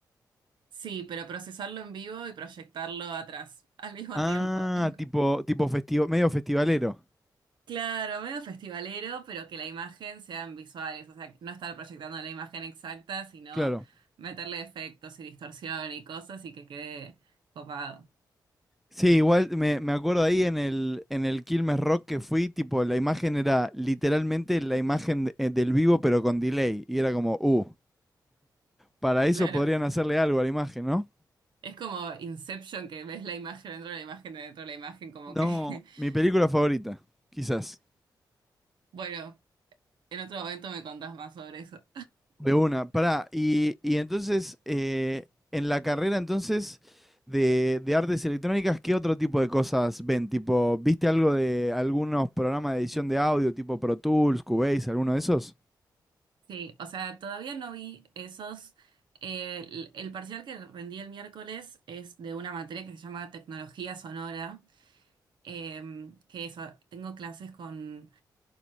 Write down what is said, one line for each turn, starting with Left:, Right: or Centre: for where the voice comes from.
Right: sí, pero procesarlo en vivo y proyectarlo atrás al mismo
Centre: Ah,
Right: tiempo. <laughs> Es-
Centre: tipo, tipo festivo, medio festivalero,
Right: Claro, medio festivalero, pero que la imagen sean visuales, o sea, no estar proyectando la imagen exacta, sino
Centre: claro.
Right: meterle efectos y distorsión y cosas y que quede copado.
Centre: Sí, igual me, me acuerdo ahí en el, en el Quilmes Rock que fui, tipo, la imagen era literalmente la imagen de- eh, del vivo, pero con delay. Y era como, uh, para eso
Right: Claro.
Centre: podrían hacerle algo a la imagen, ¿no?
Right: Es como Inception, que ves la imagen dentro de la imagen dentro de la imagen, como
Centre: No,
Right: que, <laughs>
Centre: mi película favorita, quizás.
Right: bueno, en otro momento me contás más sobre eso.
Centre: De una, pará. Y, y entonces, eh, en la carrera entonces de, de artes electrónicas, ¿qué otro tipo de cosas ven? Tipo, ¿viste algo de algunos programas de edición de audio, tipo Pro Tools, Cubase, alguno de esos?
Right: Sí, o sea, todavía no vi esos. eh, el, el parcial que rendí el miércoles es de una materia que se llama Tecnología Sonora, em, que eso, tengo clases con